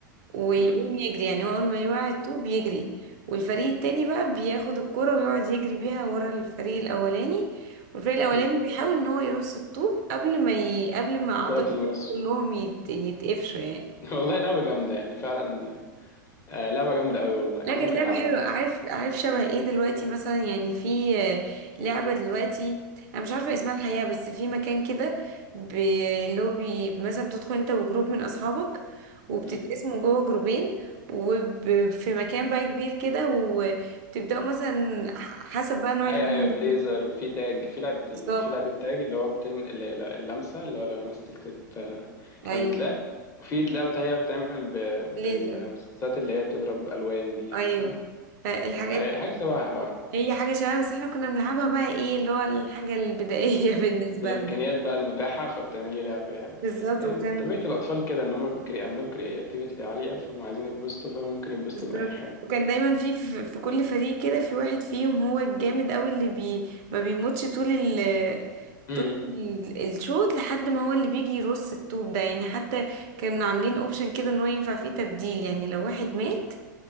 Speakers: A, on the right; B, on the left.
A: ويقوم
B: مم.
A: يجري يعني هو اول ما يوعي الطوب بيجري والفريق التاني بقى بياخد الكرة ويقعد يجري بيها ورا الفريق الاولاني والفريق الاولاني
B: مم.
A: بيحاول ان هو يرص الطوب قبل ما ي... قبل ما اعضاء
B: كرة
A: الفريق
B: المس
A: كلهم يت... يتقفشوا يعني
B: <laughs> والله لعبة جامدة يعني فعلا آه لعبة جامدة أوي والله يعني
A: لا كانت
B: ممكن
A: لعبة
B: ألعبها
A: حلوة عارف عارف شبه ايه دلوقتي مثلا يعني في آه، لعبة دلوقتي انا مش عارفة اسمها الحقيقة بس في مكان كده بلوبي مثلا بتدخل انت وجروب من اصحابك وبتتقسموا
B: مم.
A: جوه جروبين وفي مكان بقى كبير كده وبتبدأوا مثلا ح- حسب بقى نوع
B: ايوه
A: اللعبة
B: ايوه
A: اللي
B: بليزر
A: هت-
B: وفي تاج في لعبتين
A: بالظبط
B: يعني في لعبة تاج اللي هو بتلم... اللي- اللمسة اللي هو لو لمستك تت... كانت
A: ايوه
B: تتلعب وفي لعبة تانية بتعمل ب...
A: ليزر
B: بالمسدسات اللي هي بتضرب ألوان دي عارفة
A: ايوه فالحاجات
B: أي-
A: دي
B: حاجة شبهها اه
A: هي حاجة شبه بس احنا كنا بنلعبها بقى ايه اللي هو الحاجة البدائية <laughs> بالنسبة
B: بالإمكانيات
A: لنا
B: بقى المتاحة فبتعملي لعبة يعني
A: بالظبط
B: يعني
A: وكان
B: طبيعة الأطفال كده إن هم بيكري... عندهم كرياتيفيتي عالية فهم عايزين يتبسطوا فممكن يتبسطوا
A: بالظبط
B: من أي حاجة
A: وكان دايما في في في كل فريق كده في واحد فيهم هو الجامد قوي اللي بي ما بيموتش طول ال
B: امم
A: طول ال- الشوط لحد ما هو اللي بيجي يرص الطوب ده يعني حتى كانوا عاملين اوبشن كده ان هو ينفع فيه تبديل يعني لو واحد مات